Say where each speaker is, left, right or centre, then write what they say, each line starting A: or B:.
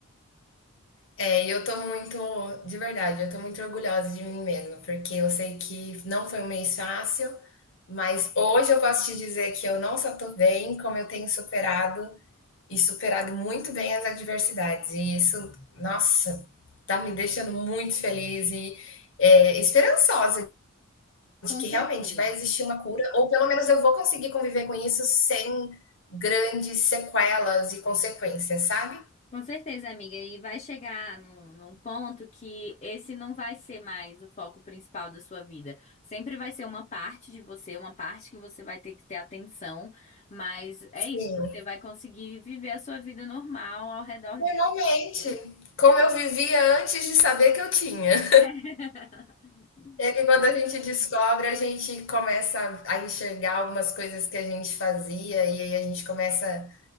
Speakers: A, on the left; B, on the left.
A: É, e eu tô muito, de verdade, eu tô muito orgulhosa de mim mesma, porque eu sei que não foi um mês fácil, mas hoje eu posso te dizer que eu não só tô bem, como eu tenho superado e superado muito bem as adversidades. E isso, nossa, tá me deixando muito feliz e é, esperançosa de
B: Com
A: que realmente
B: certeza.
A: vai existir uma cura, ou pelo menos eu vou conseguir conviver com isso sem grandes sequelas e consequências, sabe?
B: Com certeza, amiga. E vai chegar num, num ponto que esse não vai ser mais o foco principal da sua vida. Sempre vai ser uma parte de você, uma parte que você vai ter que ter atenção. Mas é
A: Sim,
B: isso, você vai conseguir viver a sua vida normal ao redor
A: normalmente,
B: disso, entendeu?
A: como eu vivia antes de saber que eu tinha. <laughs>
B: Exato. <laughs>
A: É que quando a gente descobre, a gente começa a enxergar algumas coisas que a gente fazia e aí a gente começa